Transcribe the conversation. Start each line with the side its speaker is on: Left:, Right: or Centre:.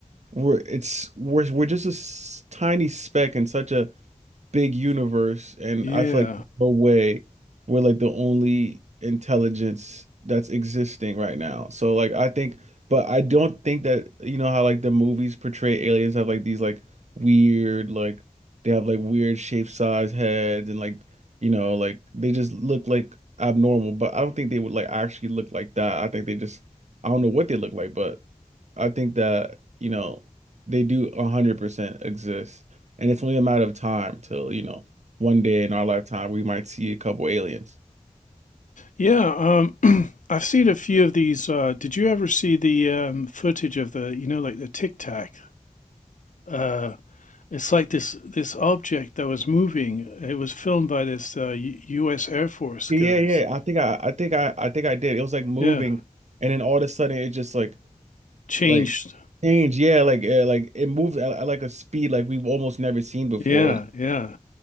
Right: we're it's we're we're just a s- tiny speck in such a big universe, and
Left: Yeah.
Right: I feel like there's no way we're like the only intelligence that's existing right now. So like I think, but I don't think that you know how like the movies portray aliens have like these like weird like they have like weird shape size heads and like you know like they just look like abnormal. But I don't think they would like actually look like that. I think they just I don't know what they look like, but I think that you know they do 100% exist. And it's only a matter of time till, you know, one day in our lifetime we might see a couple aliens.
Left: Yeah, um <clears throat> I've seen a few of these uh did you ever see the um footage of the, you know, like the Tic Tac? Uh it's like this this object that was moving. It was filmed by this uh, U US Air Force
Right: Yeah,
Left: guys.
Right: yeah. I think I I think I I think I did. It was like moving
Left: Yeah.
Right: and then all of a sudden it just like
Left: Changed.
Right: like changed. Yeah, like uh, like it moved at, at like a speed like we've almost never seen before.
Left: Yeah,
Right: almo-
Left: yeah.